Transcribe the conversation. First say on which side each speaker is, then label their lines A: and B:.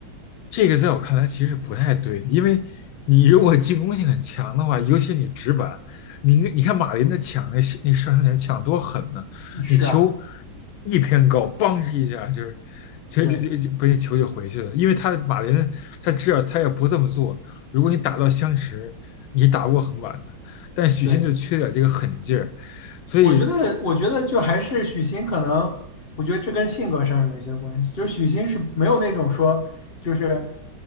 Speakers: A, on the left; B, on the left.
A: 这个在我看来其实不太对的因为你如果进攻性很强的话，尤其你直板，你应该你看马林的抢那那上升点抢多狠呢，
B: <laughs> 是啊，
A: 你球一一偏高，梆一下就是，其实就就就不那球就回去了，
B: 对
A: 因为他马林他知道他也不这么做，如果你打到相持，你打不过横板的，但许昕就缺点这个狠劲儿，
B: 对。
A: 所以。
B: 我觉得，我觉得就还是许昕可能，我觉得这跟性格上有一些关系。就许昕是没有那种说，就是